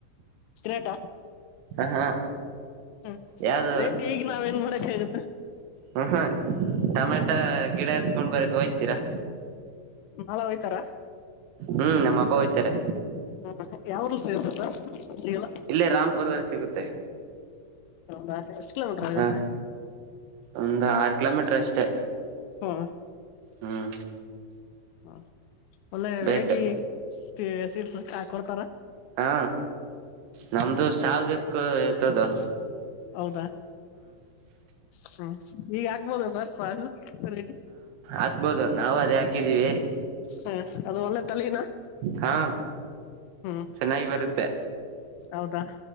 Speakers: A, on the left; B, on the right.
A: ತಿರೆಟ
B: ಹ
A: ಹ್ಮ್
B: ಯಾವ್ದ
A: ರೇಟ್ ಈಗ ನಾವ್ ಏನ್ ಮಾಡಕ್ ಹಗುತ್ತ
B: ಹ್ಮ ಹ್ಮ ಟೊಮೆಟ ಗಿಡ ಎತ್ಕೊಂಡ್ ಬರಕ್ ಹೋಯ್ತೀರಾ
A: ನಳ ಹಯ್ತಾರಾ
B: ಹ್ಮ್ ನಮ್ಮ ಅಬ್ಬ ಹಯ್ತಾರೆ
A: ಹಾ ಯಾವುದು <unintelligible>
B: ಇಲ್ಲೇ ರಾಮಪುರದಲ್ಲಿ ಸಿಗುತ್ತೆ
A: ಹೌದಾ ಎಷ್ಟು ಕಿಲೋಮೀಟರ್ ಆಗತ್ತೆ
B: ಹ ಒಂದು ಆರು ಕಿಲೋಮೀಟರ್ ಅಷ್ಟೇ
A: ಹಾ
B: ಹ್ಮ್
A: ಹಾ ಒಳ್ಳೆ ವೆರೈಟಿ
B: ಬೇಕು
A: ಸ್ಟಿ ಸಿಡ್ಸ್ ಹಾಕೊಡ್ತಾರ
B: ಹಾ ನಮ್ದು ಸಾಗಕ ಇತದೋ
A: ಹೌದಾ ಹ ಈಗ ಹಾಗ್ಬೋದ ಸರ್ ಸಾಗು ರೆಡಿ
B: ಆಗ್ಬೋದು ನಾವು ಅದೇ ಹಾಕಿದೀವಿ
A: ಹ್ಮ ಅದು ಒಲ್ಲೇ ತಲಿನಾ
B: ಹಾ
A: ಹ್ಮ್
B: ಚೆನ್ನಾಗಿ ಬರುತ್ತೆ
A: ಹೌದಾ